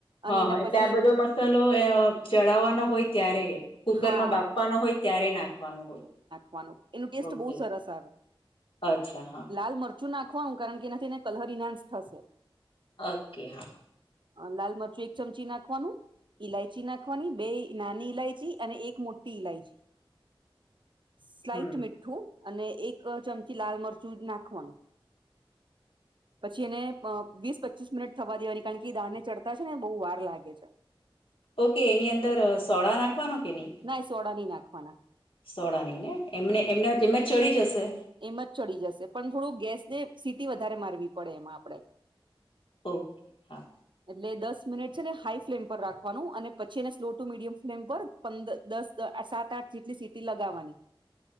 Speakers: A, on the right; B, on the left.
A: અને
B: હા
A: એના
B: હા એટલે
A: પછી
B: આ બધો મસાલો અ ચડાવવાનો હોય ત્યારે કુકરમાં
A: હા
B: બાપવાનો હોય ત્યારે નાખવાનો હોય.
A: વાનું એનું ટેસ્ટ
B: ઓકે
A: બહુ સરસ આવે
B: અચ્છા હા.
A: લાલ મરચું નાખવાનું કારણ કેના એને કલર ઇહન્સ થશે.
B: ઓકે હા.
A: અ લાલ મરચું એક ચમચી નાખવાનુ. ઈલાયચી નાખવાની, બેય નાની ઈલાયચી અને એક મોટી ઈલાયચી.
B: <inaudible>
A: સ્લાઈટ
B: હમ
A: મીઠું અને એક ચમચી લાલ મરચું જ નાખવાનું.
B: <inaudible>
A: પછી એને પ વીસ પચીસ મિનિટ થવા દેવાની, કારણ કે દાળને ચડતા છે ને બહુ વાર લાગે છે.
B: ઓકે એની અંદર સોડા નાખવાનો કે નહીં?
A: ના એ સોડા ની નાખવાના.
B: સોડા નહીંને? એમને એમને એમ જ ચડી જશે?
A: એમજ ચડી જશે. પણ થોડું ગેસને સીટી વધારે મારવી પડે એમાં આપણે.
B: ઓકે, હા.
A: એટલે દસ મિનિટ છે ને હાઈ ફ્લેમ પર રાખવાનું, અને પછી એને સ્લો ટુ મીડિયમ ફ્લેમ પર પંદર, દસ, સાત-આઠ જેટલી સીટી લગાવવાની.